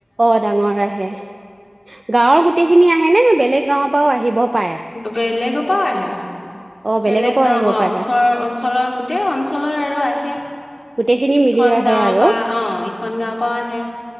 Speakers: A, on the right; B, on the left.
A: অ', ডাঙৰ আহে, গাঁৱৰ গোটেইখিনি আহেনে? বেলেগ গাঁৱৰ পৰাও আহিব পাৰে?
B: বেলেগৰ পা আহে।
A: অ' বেলেগৰ
B: বেলেগ
A: পৰাও
B: গাও
A: আহিব
B: অ',
A: পাৰে।
B: ওচৰৰ অঞ্চলৰ গোটেই অঞ্চলৰ আৰু আ আহে।
A: গোটেইখিনি
B: ইখন
A: মিলি আহে
B: গাঁৱৰ
A: আৰু
B: পৰা অ ইখন গাঁৱৰ পৰাও আহে